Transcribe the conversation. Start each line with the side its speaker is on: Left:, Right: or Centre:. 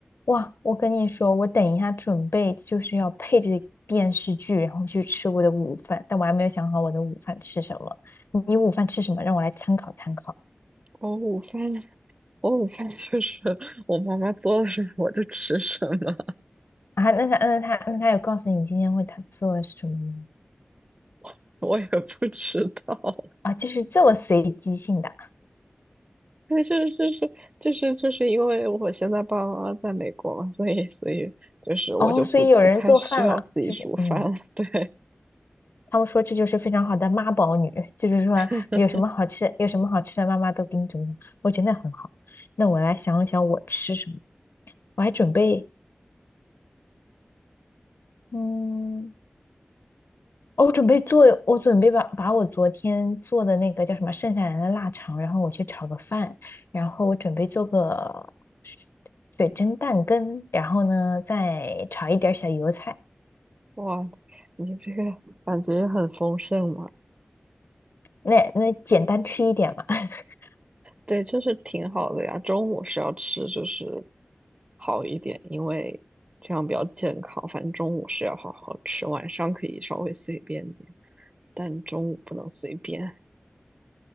Left: 哇，我跟你说，我等一下准备就是要配着电视剧，然后去吃我的午饭，但我还没有想好我的午饭吃什么。你午饭吃什么？让我来参考参考
Right: 我午饭，<laughs> 我午饭就是我妈妈做了什么我就吃什么，
Left: 啊。那他，那他，那他有告诉你今天为他做什么吗？
Right: <laughs> 我也不知道。<laughs>
Left: 啊，就是这么随机性的
Right: 但是就是就是就是因为我现在爸爸妈妈在美国嘛，所以所以就是我就不不太需要自己煮饭了对，
Left: 哦，所以有人做饭了，就是嗯，他们说这就是非常好的妈宝女，就是说有什么好吃，
Right: <laughs>
Left: 有什么好吃的，妈妈都给你准备，我觉得很好。那我来想一想我吃什么，我还准备嗯。哦我准备做，我准备把把我昨天做的那个叫什么剩下来的腊肠，然后我去炒个饭，然后我准备做个水水蒸蛋羹，然后呢再炒一点儿小油菜，
Right: 哇，你这个感觉很丰盛嘛？
Left: 那那简单吃一点嘛。<laughs>
Right: 对，就是挺好的呀。中午是要吃就是好一点，因为这样比较健康。反正中午是要好好吃，晚上可以稍微随便点，但中午不能随便。